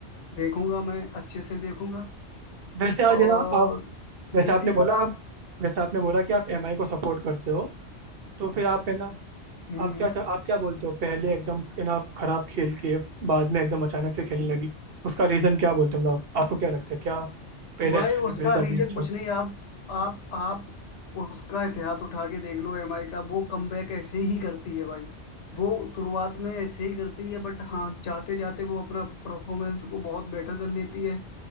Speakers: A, on the left; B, on the right.
A: देखूंगा मैं अच्छे से देखूंगा
B: वैसे आज
A: और
B: है ना आप जैसे
A: डीसी
B: आपने बोला
A: का
B: आप जैसे आपने बोला कि आप एमआई को सपोर्ट करते हो तो फिर आप है ना
A: हम्म
B: आप क्या आप क्या बोलते हो पहले एकदम है ना खराब खेल के बाद में एकदम अचानक से खेलने लगी उसका रीजन क्या बोलते हो मतलब आपको क्या लगता है क्या पहले
A: भाई
B: अच्छा
A: उसका
B: नहीं करे थे
A: रीजन
B: अभी अच्छा
A: कुछ नहीं आप आप आप उसका इतिहास उठा के देख लो एमआई का वो कमबैक ऐसे ही करती है भाई वो शुरुआत में ऐसे ही करती है बट हाँ जाते जाते वो अपना परफॉर्मेंस को बहुत बेटर कर लेती है